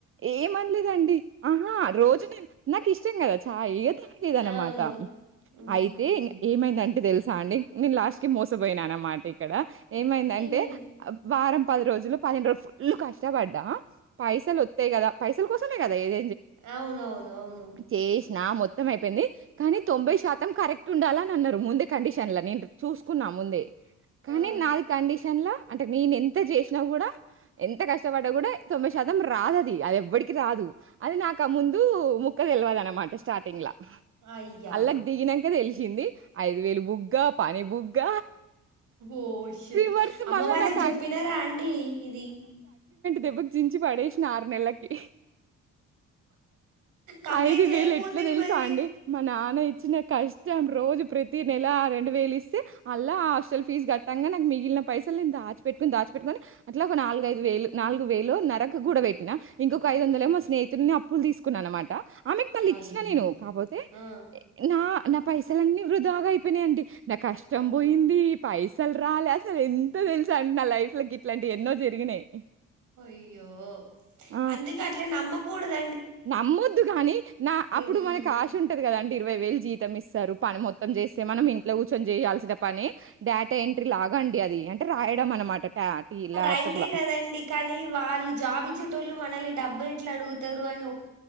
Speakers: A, on the right (about 45°); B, on the right (about 75°).
A: ఏమనలేదండి ఆహా రోజు నేను నాకు ఇష్టం కదా చాయి కదా లేదనమాట
B: అవునవును. హుహు.
A: అయితేం ఏమైందంటే తెలుసా అండి నేను లాస్ట్ కి మోసపోయినాన అన్నమాట ఇక్కడ ఏమైందంటే
B: ఏమైంది?
A: వారం పది రోజులు పదిడు రోజులు ఫుల్లు కష్టపడ్డా పైసలు అ కా పైసల కోసమే కదా ఏద
B: అవునవును. అవును.
A: చేష్ నా మొత్తం మత్తం అయిపోయింది కానీ తొంభై శాతం కరెక్ట్ ఉండాలని అన్నారు ముందే కండిషన్ ల నేను చూసుకున్నా ముందే కానీ
B: ఆ!
A: నాది కండిషన్ లో అంటే నేను ఎంత చేసినా కూడా ఎంత కష్టపడ్డా కూడా తొంభై శాతం రాదు అది ఎవడికి రాదు అది నాకు ఆ ముందు ము తెల్వదనట స్ర్టింగ్ లా
B: అయ్యా!
A: అల్లాగ దిగినంకద తెలి వచ్చింది ఐదు వేలు బుగ్గ పని బుగ్గ
B: ఓష
A: రివర్స్
B: అమ్మ
A: మళ్ళా
B: వాళ్ళకి
A: నాకు
B: చెప్పినారా
A: అగ్
B: అండి ఇది
A: దబక్ జించంచి పడేసిన నెలకి
B: కంప్లైంట్
A: ఐదు
B: చేయకపోతిరి
A: వేలు ఎట్లా తెలుసా
B: మరి
A: అండి మా నాన్న ఇచ్చిన కష్టం రోజు ప్రతి నెల రెండు వేలు ఇస్తే అలా ఆ హాస్టల్ ఫీజు కట్టంగా నాకు మిగిలిన పైసలు నేను దాచిపట్టుకుని దాచిపట్టుకని అట్లా ఒక నాలుగుదు వేలు నాలుగు వేలు నరక కూడా పెట్ను ఇలా ఇంక ఐ వందలే
B: ఉమ్
A: మా స్హితుని పప్పులు తీసుకున్నా అనమాట ఆమెకు మళ్ళీ
B: అయ్యా
A: ఇచ్చిన నేను కాపోతే
B: ఆ
A: నా నా పైసలన్నీ వృధాగా అయిపోయినాయియండి నా కష్టం
B: అవును
A: పోయింది పైస అసలు రాలే అసలు ఎంత తెలుసు అండి నా లైఫ్ లోకి ఇట్లాంటివి ఎన్నో జరిగినాయి
B: అయ్యో
A: ఆ!
B: అందుకట్ నమ్మకూడద
A: నమ్మొద్దు కాగాని నా అప్పుడు
B: ఉమ్
A: మనకు ఆశ ఉంటది కదాండి ఇరవై వేలు జీతం ఇస్తారు పని మొత్తం చేస్తే మనం ఇంట్లో కూర్చొని చేయాల్సిన పని డేటా ఎంట్రీ లాగాండి అది అంటే రాయడం అనమాట టా టీ ల్యాప్‌టాప్‌ల.
B: రైటే కదండి కానీ వాళ్ళు జాబచ్చేటోళ్ళు మనల్ని డబ్బు డబ్బులు ఎట్లా అడుగుతారు అని ఒక్క